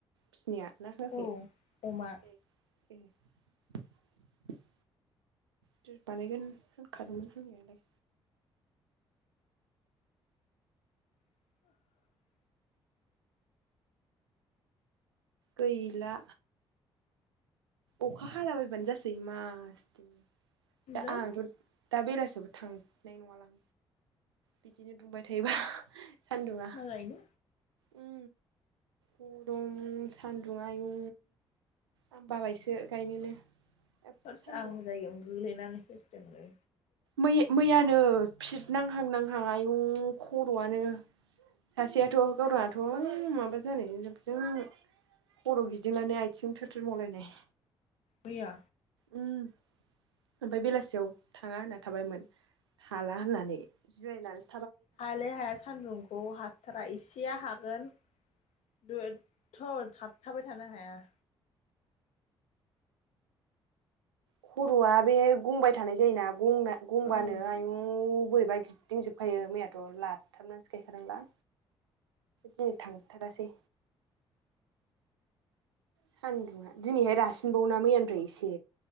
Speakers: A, on the right (about 80°); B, on the left (about 55°).
A: बिसनिया ना होआखै
B: औ अमा
A: ए, <unintelligible> ज' बानायगोन होनखादोंमोन होननायालाय,
B: <inaudible>
A: गैला अखा हालाबायबानो जासै मास थायनि दा
B: लै
A: आंथ' दा बेलासिबो थांनाय नङाल आं बिदिनो दुंबाय थायोबा, सान्दुङा
B: माइगायनो
A: उम गरम सान्दुं आयुं आं बाबायसो गायनोनो, एफा
B: होद
A: सान्दुं
B: आं जागायावनो गोलैनानै थैसिगोनलै,
A: मै मैयानो फिद नांहां नांहां आयु खर'आनो सासेयाथ' गावदांआथ' माबा जानायजों जाबजों खर' गिदिंनानै आथिं थोथोर मावलायनाय
B: मैया
A: उम ओमफ्राय बेलासियाव थाङा होनना थाबायमोन हाला होननानै जिरायनानै
B: हायालै हाया सान्दुंखौ हाथारा इसेया
A: ओमफ्राय
B: हागोन, दो एथ' थाबथाबाय थानो हाया।
A: खर'आ बे गंबाय थानाय जायोना? गं गंबानो
B: ओं
A: आयं बोरै <unintelligible> गिदिंजोबखायो मैयाथ' लाथाबनानैसो गायखादोंलां, दिनै थांथारासै सान्दुङा दिनैहाय रासिनबावना मैयानिफ्राय एसे